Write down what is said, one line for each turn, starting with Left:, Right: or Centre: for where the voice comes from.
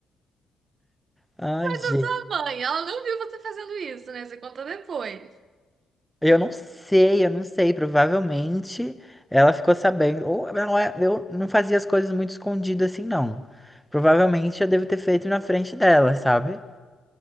Centre: Ai,
Right: Mas
Centre: gente.
Right: a sua mãe, ela não viu você fazendo isso, né? Você conta depois.
Centre: Eu não sei, eu não sei. Provavelmente ela ficou sabendo. Ou não é- eu não fazia as coisas muito escondido assim, não. Provavelmente eu devo ter feito na frente dela, sabe?